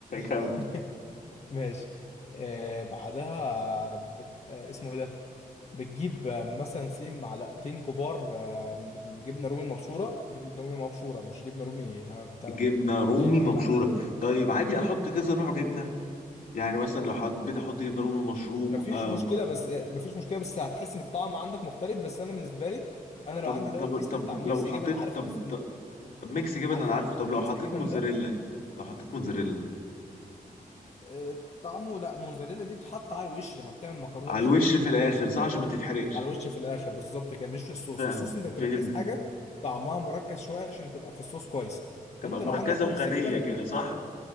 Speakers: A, on the left; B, on the left.
A: كم
B: <laughs> ماشي آه بعدها بت... آه اسمه ايه ده بتجيب آه، مثلا سين معلقتين كبار آه من الجبنه رومي المبشوره جبنه رومي مبشوره مش جبنه رومي آه، بتاع
A: جبنه
B: ده،
A: رومي
B: اللي هي المكعبات
A: مبشوره طيب عادي احط كذا نوع جبنه يعني مثلا لو حبيت احط جبنه رومي مشروم
B: مفيش
A: آم،
B: مشكله بس مفيش مشكله بس هتحس ان الطعم عندك مختلف بس انا بالنسبه لي انا لو
A: طب
B: عندي اللي
A: طب
B: هو الكيس اللي
A: طب
B: هو بتاع الميكس
A: لو حطيت
B: جبن عارف
A: طب,
B: الكيس ال-
A: طب ميكس جبن
B: عارف
A: انا
B: الكيس
A: عارفه
B: اللي
A: طب
B: هو ميكس
A: لو حطيت
B: جبن
A: موتزاريلا
B: ده
A: لو حطيت موتزاريلا
B: آه، طعمه لا موزاريلا دي بتحط على الوش لما بتعمل مكرونه
A: على
B: بشاميل
A: الوش في الاخر صح عشان ما تتحرقش
B: على الوش في الاخر بالظبط كده مش في الصوص
A: فاهم
B: الصوص انت بتبقى
A: فهمت
B: عايز حاجه طعمها مركز شويه عشان تبقى في الصوص كويس
A: تبقى
B: فانت
A: مركزه
B: لو عندك
A: وغنيه
B: ميكس جبن
A: كده صح